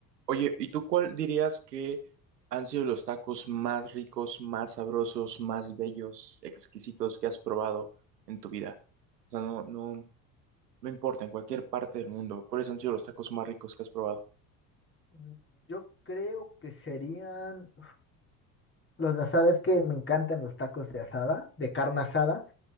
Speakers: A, on the right; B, on the left.
A: Oye, ¿y tú cuál dirías que han sido los tacos más ricos, más sabrosos, más bellos, exquisitos que has probado en tu vida? O sea, no, no, no importa, en cualquier parte del mundo, ¿cuáles han sido los tacos más ricos que has probado?
B: Mm, Yo creo que serían los de asada, es que me encantan los tacos de asada, de carne asada,